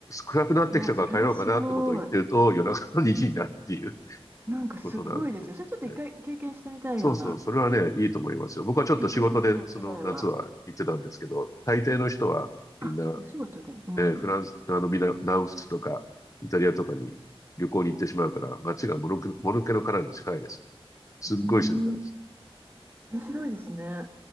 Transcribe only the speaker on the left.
暗くなってきたから帰ろうかなってことを言ってると、
夜中の2時になるっていう
ことなんですよね。そうそう、それはね、いいと思いますよ。僕はちょっと仕事で、
その夏は行ってたんですけど、大抵の人はみんな
えーフランス、あの、ミラ、南仏とか、イタリアとかに旅行に行ってしまうから、街がもぬけ、もぬけの殻に近いです。すっごい静かです。